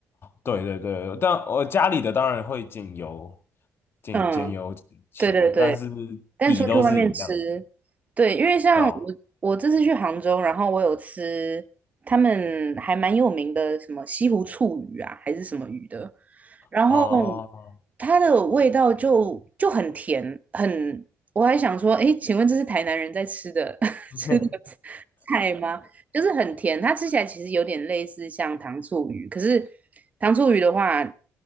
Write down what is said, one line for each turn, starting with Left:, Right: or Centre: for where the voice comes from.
Left: 对对对，但我家里的当然会减油，减减油钱，
Right: 嗯，对对对。
Left: 但是
Right: 但出去外面吃，
Left: 底都是一样的，
Right: 对，因为像我我这次去杭州，
Left: 对吧？
Right: 然后我有吃他们还蛮有名的什么西湖醋鱼啊，还是什么鱼的，然后
Left: 哦，
Right: 它的味道就就很甜，很，我还想说，哎，请问这是台南人在吃的 <laughs>
Left: <laughs>
Right: 吃的菜吗？就是很甜，它吃起来其实有点类似像糖醋鱼，可是糖醋鱼的话，